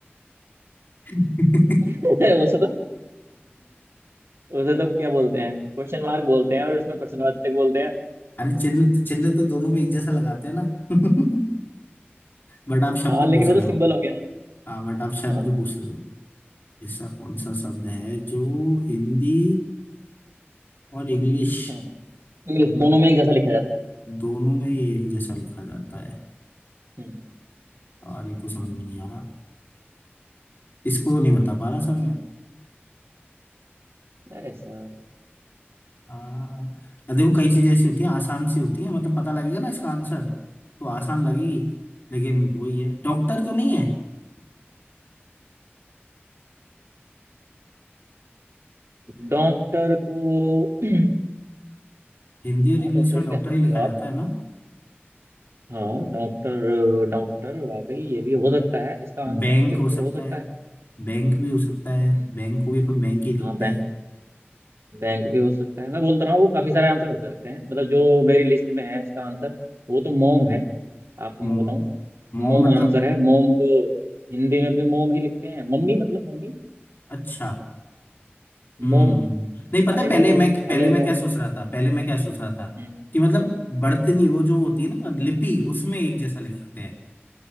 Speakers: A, on the left; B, on the right.
A: <laughs>
B: <laughs> उसे तो उसे तो क्या बोलते हैं क्वेश्चन मार्क बोलते हैं और उसमें प्रश्नवाचक बोलते हैं
A: अरे चिन्ह चिन्ह तो दोनों में एक जैसा लगाते हैं ना <laughs> बट आप शब्द
B: हाँ लेकिन
A: पूछ
B: वो
A: रहे
B: तो सिंबल
A: हो
B: हो गया ना
A: हाँ बट आप शब्द
B: हाँ
A: पूछ रहे हो ऐसा कौन सा शब्द है जो हिंदी और इंग्लिश
B: हम्म इंग्लिश दोनों में एक जैसा लिखा जाता है
A: दोनों में ये एक जैसा लिखा जाता है
B: हम्म
A: और ये तो समझ में नहीं आ रहा इसको तो नहीं बता पा रहा सर मैं
B: अरे सर
A: आ, देखो कई चीजें ऐसी होती हैं आसान सी होती हैं मतलब पता लगेगा ना इसका आंसर तो आसान लगेगी लेकिन वही है डॉक्टर तो नहीं है
B: डॉक्टर को <clears throat>
A: हिंदी और
B: हाँ
A: इंग्लिश
B: डॉक्टर
A: में
B: भी
A: डॉक्टर
B: कह सकते
A: ही लिखा
B: हो आप
A: जाता है ना
B: हाँ डॉक्टर डॉक्टर वाकई ये भी हो सकता है इसका आंसर
A: बैंक
B: बिल्कुल
A: हो सकता
B: हो सकता
A: है
B: है
A: बैंक भी हो सकता है
B: हम्म,
A: बैंक को भी अपन बैंक ही लिखते
B: हाँ बैंक
A: हैं
B: बैंक भी हो सकता है मैं बोलता रहा हूँ वो काफी सारे आंसर हो सकते हैं मतलब जो मेरी लिस्ट में है इसका आंसर वो तो मोम है आपको
A: मोम
B: मैं बताऊं
A: मोम
B: मोम
A: मतलब
B: आंसर है मोम को हिंदी में भी मोम ही लिखते हैं मम्मी मतलब mummy
A: अच्छा हम्म
B: Mom
A: नहीं पता
B: Hi
A: है पहले
B: mom
A: मैं पहले
B: hello
A: मैं
B: mom
A: क्या सोच रहा था पहले मैं क्या सोच रहा था
B: हम्म
A: कि मतलब बर्तनी वो जो होती है ना लिपि उसमें एक जैसा लिखते हैं